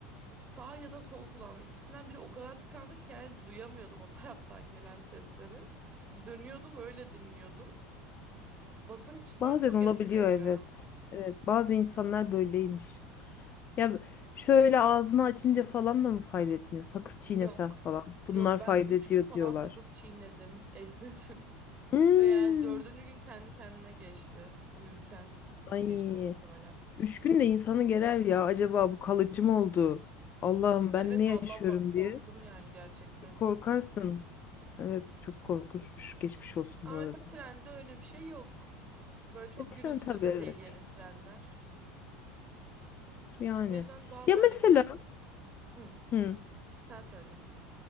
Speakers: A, on the right; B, on the left.
A: sağ ya da sol kulağım ikisinden biri o kadar tıkandı ki yani duyamıyordum o taraftan gelen sesleri. Dönüyordum öyle dinliyordum. Basınçtan
B: Bazen
A: çok
B: olabiliyor
A: etkileniyorum.
B: evet. Evet, bazı insanlar böyleymiş. Ya şöyle ağzını açınca falan da mı fayda etmiyor? Sakız çiğnesen
A: Yok.
B: falan. Bunlar
A: Yok
B: fayda
A: ben 3
B: ediyor
A: gün falan
B: diyorlar.
A: sakız çiğnedim, esnedim. <laughs>
B: Hmm.
A: Ve yani dördüncü gün kendi kendine geçti. Uyurken
B: Ay,
A: geçti muhtemelen.
B: üç gün de insanı gerer ya. Acaba bu kalıcı mı oldu? Allah'ım
A: Evet
B: ben ne yaşıyorum
A: vallahi bak-
B: diye.
A: korktum yani gerçekten.
B: Bir korkarsın. Evet, çok korkunçmuş. Geçmiş olsun
A: Ama
B: bu
A: mesela
B: arada.
A: trende öyle bir şey yok. Böyle çok
B: E tren
A: gürültülü
B: tabii
A: de
B: evet.
A: değil yeni trenler.
B: Yani.
A: O yüzden daha
B: Ya
A: böyle
B: mesela
A: bir... Hı,
B: hı,
A: sen söyle.